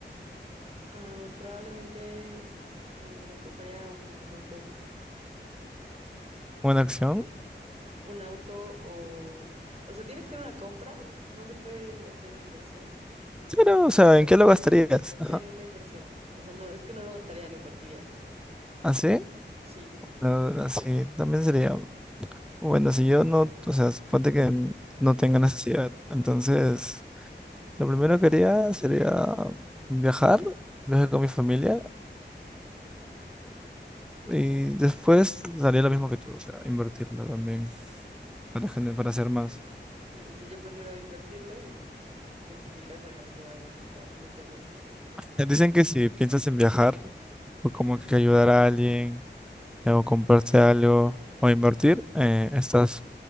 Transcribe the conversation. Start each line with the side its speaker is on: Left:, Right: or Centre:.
Right: Ah, probablemente eh, me compraría un auto.
Centre: ¿Una acción?
Right: Un auto o... O sea, tiene que ser una compra. No se puede hacer una inversión.
Centre: Claro, o sea, ¿en qué lo gastarías? Ajá.
Right: En una inversión. O sea, no, es que no lo gastaría, lo invertiría.
Centre: ¿Así?
Right: Sí,
Centre: No, así también sería, bueno, si yo no, o sea, suponte que n- no tenga necesidad, entonces lo primero que haría sería viajar, viajar con mi familia y después haría lo mismo que tú, o sea, invertirlo también para, gener- para hacer más.
Right: sí, o sea, yo prefiero invertirlo y multiplicar esa cantidad así como muchas veces, ¿no? Pero,
Centre: Eh, Dicen que si piensas en viajar o como que ayudar a alguien eh, o comprarse algo o invertir, eh, estás